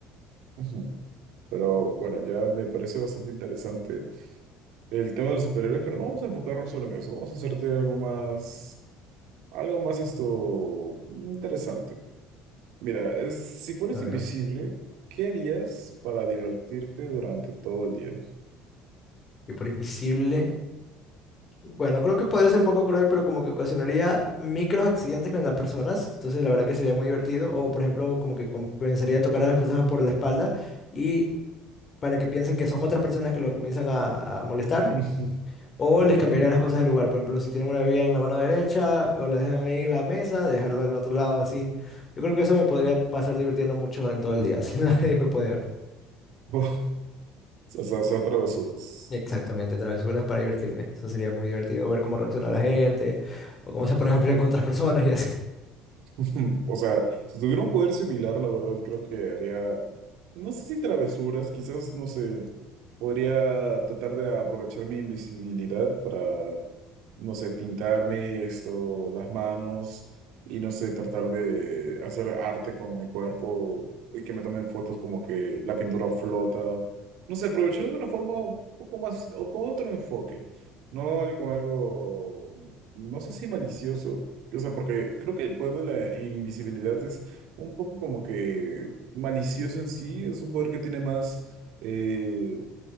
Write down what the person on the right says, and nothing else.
Ujú. Pero bueno, ya me parece bastante interesante el tema de los superhéroes, pero no vamos a enfocarnos solo en eso, vamos a hacerte algo más, algo más esto interesante. Mira, es- si fueras
invisible, ¿qué harías para divertirte durante todo el día?
<laughs>
Claro.
<laughs> O sea, hacer travesuras.
<laughs> O sea, si tuviera un poder similar, la verdad creo que haría, no sé si travesuras, quizás, no sé, podría tratar de aprovechar mi invisibilidad para no sé, pintarme esto, las manos y no sé, tratar de hacer arte con mi cuerpo y que me tomen fotos como que la pintura flota. No sé, aprovecharlo de una forma un poco más o con otro enfoque, no algo, algo, no sé si malicioso. O sea, porque creo que el poder de la invisibilidad es un poco como que malicioso en sí, es un poder que tiene más, eh,